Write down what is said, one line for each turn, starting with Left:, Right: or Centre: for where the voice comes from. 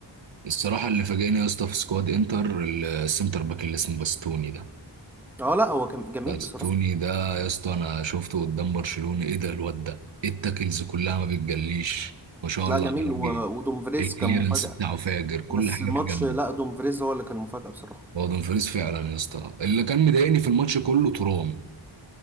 Right: الصراحه اللي فاجئني يا اسطى في سكواد انتر ال- السنتر باك اللي اسمه باستوني ده
Centre: اه لا هو كان جميل
Right: باستوني
Centre: بصراحه
Right: ده يا اسطى انا شفته قدام برشلونه ايه ده الواد ده إيه التاكلز كلها ما بتجليش ما شاء
Centre: لا
Right: الله
Centre: جميل
Right: عليه
Centre: و- ودومفريز
Right: الكليرنس
Centre: كان مفاجاه
Right: بتاعه فاجر كل
Centre: بس
Right: حاجه
Centre: الماتش
Right: فيه جامده
Centre: لا دومفريز هو اللي كان مفاجاه بصراحه
Right: هو دومفريز فعلا يا اسطى اللي كان مضايقني في الماتش كله ترام